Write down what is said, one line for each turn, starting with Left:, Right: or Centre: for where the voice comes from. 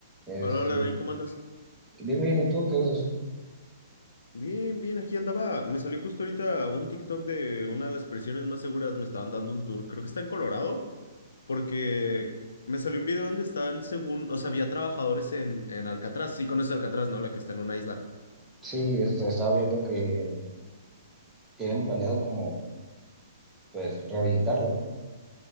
Centre: Este,
Left: Hola, hola, Nain, ¿cómo andas?
Centre: bien, bien, ¿y tú qué haces?
Left: Bien, bien, aquí andaba. Me salió justo ahorita un TikTok de una de las prisiones más seguras. Me estaban dando un tour. Creo que está en Colorado, porque me salió un video donde están, según, o sea, había trabajadores en, en Alcatraz. Sí, conoces Alcatraz, ¿no? La que está en una isla.
Centre: Sí, este, estaba viendo que tienen planeado como, pues, rehabilitarla.